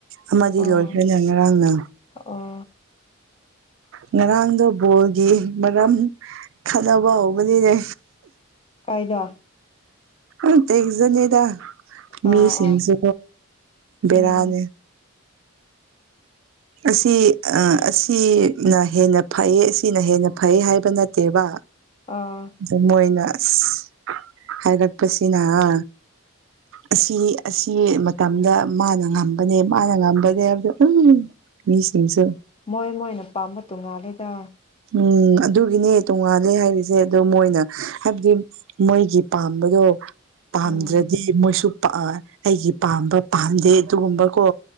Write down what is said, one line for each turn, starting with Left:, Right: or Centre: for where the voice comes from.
Right: ꯑꯃꯗꯤ
Left: ꯑꯣ
Right: ꯂꯣꯏꯈ꯭ꯔꯦꯅ ꯉꯔꯥꯡꯅ
Left: ꯑꯣ
Right: ꯉꯔꯥꯡꯗꫭ ꯕꯣꯜꯒꯤ ꯃꯔꯝ ꯈꯠꯅꯕ ꯍꯧꯕꯅꯤꯅꯦ
Left: ꯀꯥꯏꯗꯥ
Right: ꯎ ꯇꯦꯛꯖꯅꯗ <unintelligible> ꯃꯤꯁꯤꯡꯁꯨ
Left: ꯑꯣ ꯑꯣ
Right: ꯕ‌ꯦꯔꯅꯤ
Left: ꯎꯝ
Right: ꯑꯁꯤ ꯑ ꯑꯁꯤ ꯁꯤꯅ ꯍꯦꯟꯅ ꯐꯩꯌ‌ꯦ ꯁꯤꯅ ꯍꯦꯟꯅ ꯐꯩꯌ‌ꯦ ꯍꯥꯏꯕ ꯅꯠꯇꯦꯕ
Left: ꯑꯥ
Right: ꯑꯗꯨ ꯃꯣꯏꯅ ꯑꯁ ꯍꯥꯏꯒꯠꯄꯁꯤꯅꯍꯥ ꯑꯁꯤ ꯑꯁꯤ ꯃꯇꯝꯗ ꯃꯥꯅ ꯉꯝ ꯕꯅꯦ ꯃꯥꯅ ꯉꯝꯕꯅ‌ꯦ ꯍꯥꯏꯕꯗ ꯎꯝ ꯃꯤꯁꯤꯡꯁ‌ꯦ
Left: ꯃꯣꯏ ꯃꯣꯏꯅ ꯄꯥꯝꯕ ꯇꯣꯡꯉꯥꯜꯂꯤꯗ
Right: ꯎꯝ ꯑꯗꯨꯒꯤꯅꯦ ꯇꯣꯡꯉꯥꯜꯂꯦ ꯍꯥꯏꯔꯤꯁꯦ ꯑꯗꯣ ꯃꯣꯏꯅ ꯍꯥꯏꯕꯗꯤ ꯃꯣꯏꯒꯤ ꯄꯥꯝꯕꯗꯣ ꯄꯥꯝꯗ꯭ꯔꯗꯤ
Left: ꯎꯝ
Right: ꯃꯣꯏꯁꯨ ꯑꯩꯒꯤ ꯄꯥꯝꯕ ꯄꯥꯝꯗꯦ ꯑꯗꯨꯒꯨꯝꯕ ꯀꯣ